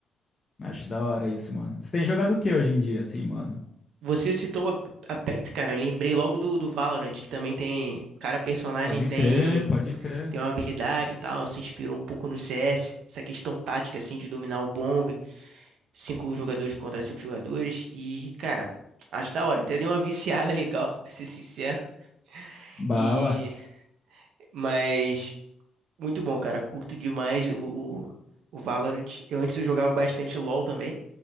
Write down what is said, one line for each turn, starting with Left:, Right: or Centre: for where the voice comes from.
Left: Acho da hora isso, mano. Você tem jogado o que hoje em dia, assim, mano?
Right: Você citou a a Apex, cara. Eu lembrei logo do, do Valorant, que também tem. Cada personagem
Left: Pode
Right: tem
Left: crer, pode crer.
Right: tem uma habilidade e tal. Se inspirou um pouco no CS. Essa questão tática, assim, de dominar o bombe. Cinco jogadores contra cinco jogadores. E, cara, acho da hora. Até deu uma viciada legal, <laughs> pra ser sincero.
Left: Bala,
Right: E. Mas. Muito bom, cara. Curto demais o, o, o Valorant. Eu antes eu jogava bastante LoL também.